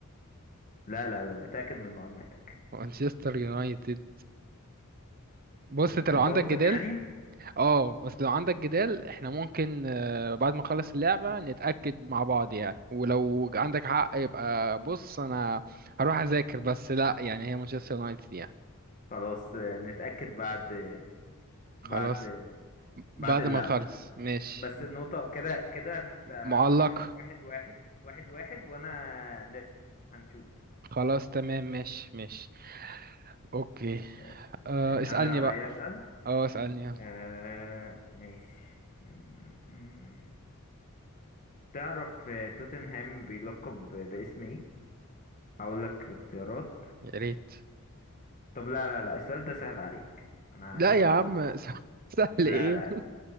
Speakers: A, on the left; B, on the right.
A: لا لا لا لا اتاكد من معلوماتك
B: مانشستر يونايتد بص انت لو
A: انت
B: عندك
A: واثق
B: جدال
A: يعني
B: اه بس لو عندك جدال احنا ممكن آه، بعد ما نخلص اللعبة نتأكد مع بعض يعني ولو عندك حق يبقى بص انا هروح اذاكر بس لا يعني هي مانشستر يونايتد يعني
A: خلاص آه، نتاكد بعد بعد
B: خلاص
A: بعد
B: بعد
A: اللعبه
B: ما نخلص ماشي
A: بس النقطة كده كده انت
B: معلق
A: واحد واحد واحد واحد واحد وانا لسه هنشوف
B: خلاص تمام ماشي ماشي اوكي
A: آه،
B: آه
A: آه،
B: اسألني
A: انا اللي عليا
B: بقى
A: اسأل
B: اه اسألني يلا.
A: آه، ماشي م- م- تعرف آه، توتنهام بيلقب ب- باسم ايه؟ هقول لك اختيارات
B: يا ريت
A: طب لا لا لا السؤال ده سهل عليك انا
B: لا
A: هسأل
B: يا عم
A: سؤال تاني
B: <laughs> سهل
A: لا
B: ايه
A: لا لا